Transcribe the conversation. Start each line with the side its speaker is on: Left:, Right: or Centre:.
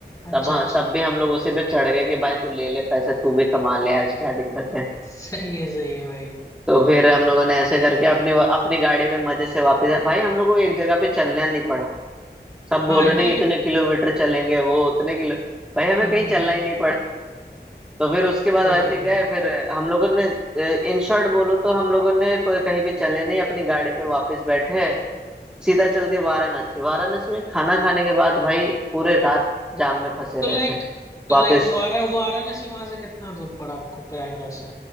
Left: अच्छा
Centre: तब हाँ
Left: अच्छा
Centre: तब भी हम लोग उसी पे चढ़ गए कि भाई तू ले ले पैसे तू भी कमा ले आज क्या दिक्कत है
Left: सही है सही है भाई
Centre: तो फिर हम लोगों ने ऐसे करके अपनी अपनी गाड़ी पे मजे से वापस आए। भाई हम लोग को एक जगह पे चलना नहीं पड़ा सब बोल
Left: हाँ ये
Centre: रहे थे कि इतने किलोमीटर चलेंगे वो उतने किलो भाई हमें
Left: हम्म
Centre: कहीं
Left: हम्म,
Centre: चलना ही नहीं तो फिर उसके बाद
Left: सही
Centre: वैसे
Left: है
Centre: गए फिर हम लोगों ने इन शॉर्ट बोलो तो हम लोगों ने कोई कहीं भी चले नहीं अपनी गाड़ी पे वापस बैठे सीधा चल दिए वाराणसी वाराणसी में खाना खाने के बाद भाई पूरे रात जाम में फंसे
Left: तो
Centre: रहे
Left: लाइक
Centre: थे
Left: तो
Centre: वापस
Left: लाइक वारा वाराणसी वहां से कितना दूर पड़ा आपको प्रयागराज से